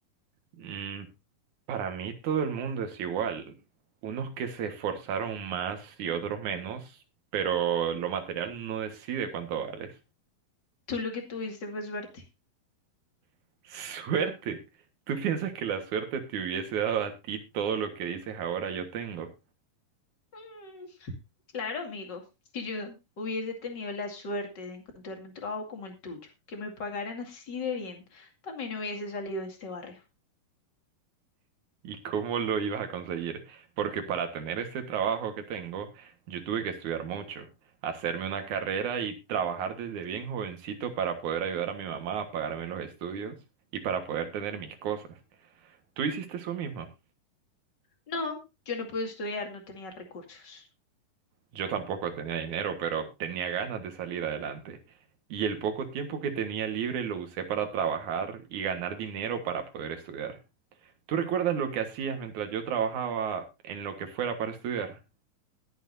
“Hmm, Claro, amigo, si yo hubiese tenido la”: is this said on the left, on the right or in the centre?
Left